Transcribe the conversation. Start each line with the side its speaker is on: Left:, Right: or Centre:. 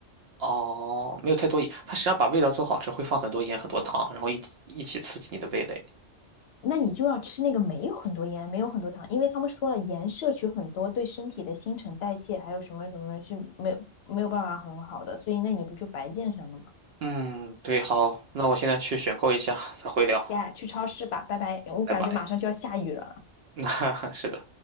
Right: 哦，没有太多盐，它实际上把味道做好吃，会放很多盐、很多糖，然后一起一起刺激你的味蕾。
Left: 那你就要吃那个没有很多盐、没有很多糖，因为他们说了，盐摄取很多对身体的新陈代谢还有什么什么是没有没有办法很好的，所以那你不就白健身了吗？
Right: 嗯，对，好，那我现在去选购一下，再回聊，
Left: 呀，去超市吧，拜拜！我感觉马上就要下雨了。
Right: 拜拜。<laughs> 是的。